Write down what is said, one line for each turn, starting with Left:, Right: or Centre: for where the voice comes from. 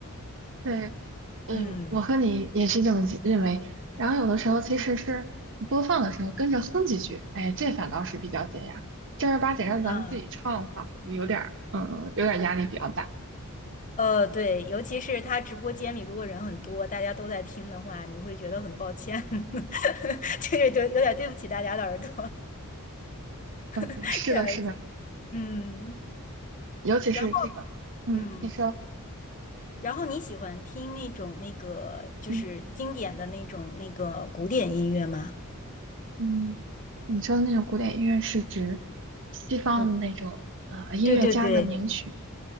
Right: 对，嗯，
Left: <laughs> 嗯
Right: 我和你也是这么记认为。然后有的时候其实是播放的时候跟着哼几句，
Left: 嗯，
Right: 哎，这反倒是比较解压。正儿八经让咱们自己唱，
Left: 嗯。
Right: 仿佛有点儿，嗯，有点儿压力比较大。
Left: 呃，对，尤其是他直播间里如果人很多，大家都在听的话，你会觉得很抱歉，<laughs> 就是对，有点对不起大家的耳朵，
Right: 嗯，
Left: <laughs>
Right: 是的，
Left: 开玩笑。
Right: 是的，
Left: 嗯，
Right: 尤其是这个，
Left: 然后
Right: 嗯，
Left: 嗯，
Right: 你说，
Left: 然后你喜欢听那种那个就是经典的那种那个古典音乐吗？
Right: 嗯嗯，你说的那种古典音乐是指西方的那种呃音乐家的名曲。
Left: 嗯，对对对